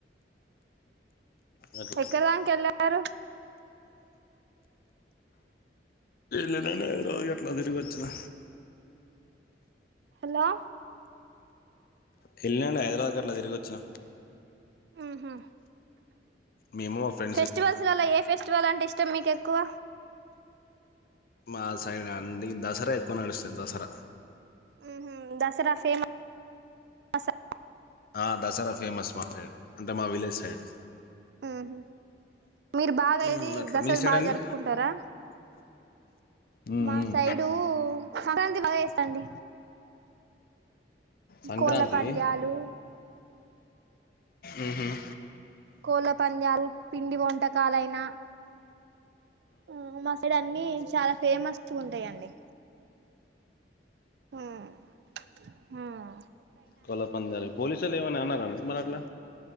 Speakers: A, on the left; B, on the right.
A: అట్లా
B: ఎక్కడి దాంకా ఎళ్ళారు
A: లేదు లేదు అండి <unintelligible> అట్లా తిరిగి వచ్చినా
B: హలో
A: వెళ్ళినండి హైదరాబాద్ గీ అట్లా తిరిగి వచ్చిన
B: ఉహూ
A: మేము మా ఫ్రెండ్స్
B: ఫెస్టివల్స్లలా
A: ఇట్లా
B: ఏ ఫెస్టివల్ అంటే ఇష్టం మీక ఎక్క క్కువ
A: మా సైడ్ ఆ అండి దసరా ఎక్కువ నడుస్తది దసరా
B: ఉహూ దసరా ఫేమస్ దసరా
A: ఆ దసరా ఫేమస్ మా సైడ్ అంటే మా విలేజ్ సైడ్
B: మ్మ్ హ్మ్ మీరు బాగా
A: మ్మ్
B: ఏది
A: అట్లా
B: దసరా
A: మీ సైడ్
B: బాగా
A: అండి
B: జరుపుకుంటారా
A: మ్మ్
B: మా సైడు సంక్రాంతి బాగా చేేస్తాండి
A: సంక్రాంతి
B: కోళ్ల పంద్యాలు
A: మ్మ్ హ్మ్
B: కోళ్ల పంద్యాలు పిండి వంటకాలైన మ్మ్ మా సైడ్ అన్నీ చాలా ఫేమస్ ఉంటాయండి మ్మ్ హ్మ్
A: కోళ్ల పంద్యాలు పోలీసోళ్ళు ఏమని అనరా మిమ్మల్ని అట్లా